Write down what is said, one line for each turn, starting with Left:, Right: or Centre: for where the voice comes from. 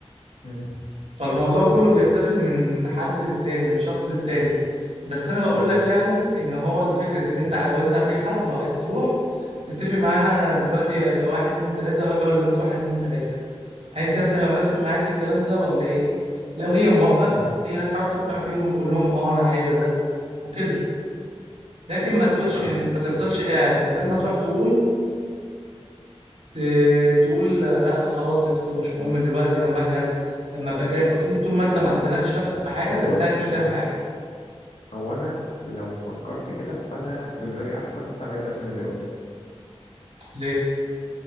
Left: مم.
Right: فالموضوع كله بيختلف من حد للتاني من شخص للتاني بس انا بقول
Left: أيوة
Right: لك يعني ان هو الفكرة ان انت لو انت في حد وعايز تروح تتفق معاها انا دلوقتي هيبقى واحد اتنين تلاتة وهاجي اقول لبكره واحد اتنين تلاتة هل انت مثلا هيبقى مناسب معاكي الكلام ده ولا ايه؟ لو هي موافقة
Left: مم.
Right: هي هتحاول تقنع فيهم وتقول لهم اه انا عايزة ده وكده لكن ما تقولش
Left: أهو
Right: ما تفضلش قاعد من غير ما تروح تقول ت- تقول لا خلاص يا اسطى مش مهم دلوقتي لما اجهز لما ابقى جاهز اصل انت طول ما انت ما حزنتش نفسك في حاجه
Left: هو
Right: صدقني
Left: بص
Right: مش
Left: هو
Right: هتعمل حاجه
Left: هو أنا لو فكرت كده فأنا بالنسبة لي أحسن أبعد نفسي من دلوقتي
Right: ليه